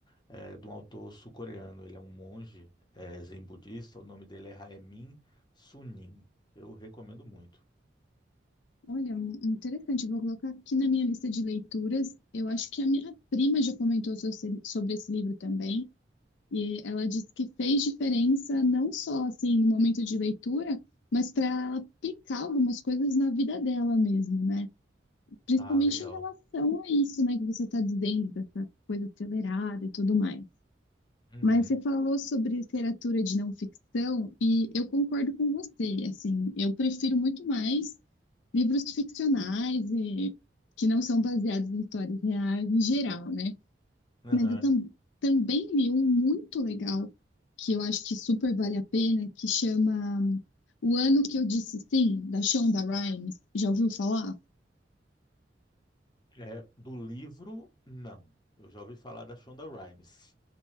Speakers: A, on the left; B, on the left.
A: é, de um autor sul-coreano. Ele é um monge, é, zen budista. O nome dele é Haemin Sunim. Eu recomendo muito.
B: Olha, mu- interessante. eu Vou colocar aqui na minha lista de leituras. Eu acho que a minha prima já comentou so- sobre esse livro também. E ela disse que fez diferença não só assim no momento de leitura, mas para ela aplicar algumas coisas na vida dela mesmo, né? Principalmente
A: Ah, legal.
B: em relação a isso, né, que você está dizendo, dessa coisa acelerada e tudo mais.
A: Uhum.
B: Mas você falou sobre literatura de não ficção e eu concordo com você, assim, eu prefiro muito mais livros ficcionais e que não são baseados em histórias reais em geral, né?
A: Aham.
B: Mas eu tam- também li um muito legal que eu acho que super vale a pena, que chama O Ano que Eu Disse Sim, da Shonda Rhimes. Já ouviu falar?
A: É, do livro, não. Eu já ouvi falar da Shonda Rhimes.